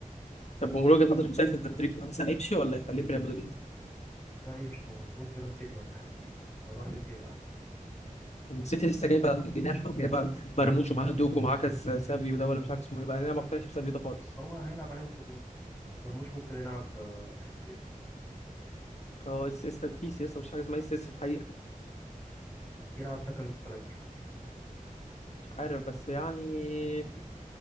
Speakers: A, on the left (about 50°); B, on the left (about 15°).
A: طب من وجهه نظرك شايف ان رودريجو خلاص هيمشي ولا يخليه في ريال مدريد؟
B: لا يمشي طبعا ممكن يروح سيتي ولا حاجه لو راح سيتي يبقى احسن
A: طب السيتي لسه جايبه جناح جايبه مرموش ومعاه دوك ومعاه كاس سافيو ده ولا مش عارف اسمه ايه بقى انا ما اقتنعش بسافيو ده خالص
B: ما هو هيلعب عليهم كلهم مرموش ممكن يلعب آه، اس اس
A: هو اس اس ده بيس يا اسطى مش حاجه اسمها اس اس في الحقيقه
B: يلعب سكند سترايكر
A: مش عارف بس يعني